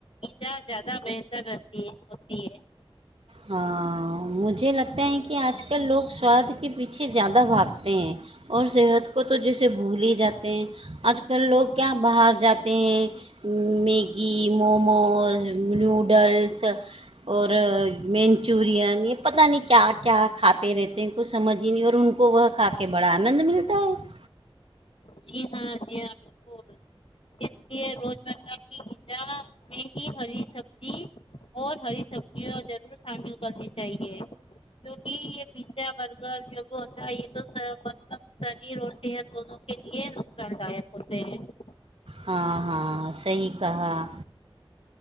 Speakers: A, on the left (about 70°); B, on the right (about 80°).
A: جا زیادہ بہتر رہتی ہے ہوتی ہے <inaudible>
B: ہاں مجھے لگتا ہے کہ آج کل لوگ سواد کے پیچھے زیادہ بھاگتے ہیں اور صحت کو تو جیسے بھول ہی جاتے ہیں آج کل لوگ کیا باہر جاتے ہیں میگی موموز نوڈلس <inaudible> س اور <inaudible> منچورین یہ پتہ نہیں کیا کیا کھاتے رہتے ہیں کچھ سمجھ ہی نہیں اور ان کو وہ کھا کے بڑا آنند ملتا ہے <inaudible>
A: جی ہاں جی ہاں بالکل اس لیے روز مرہ کی غزا میں ہی ہری سبزی اور ہری سبزیاں ضرور شامل کرنی چاہیے کیوںکہ یہ پیزا برگر جب ہوتا ہے یہ تو مطلب شریر اور صحت دونوں <inaudible> کے لیے نقصان داک ہوتے ہیں <inaudible>
B: ہاں ہاں صحیح کہا <unintelligible>